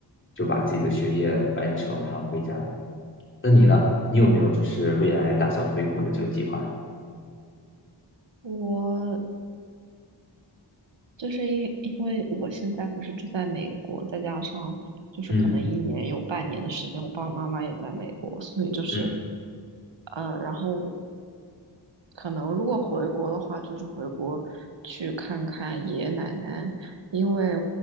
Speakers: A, on the left; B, on the right.
A: 就把自己的学业完成，然后回家。那你呢？你有没有就是未来打算回国的这个计划呀
B: 我就是因因为我现在不是住在美国，再加上就是可能一年有半年的时间，
A: 嗯嗯
B: 我爸爸妈妈也在美国，所以就是，
A: 嗯
B: 呃，然后可能如果回国的话，就是回国去看看爷爷奶奶，因为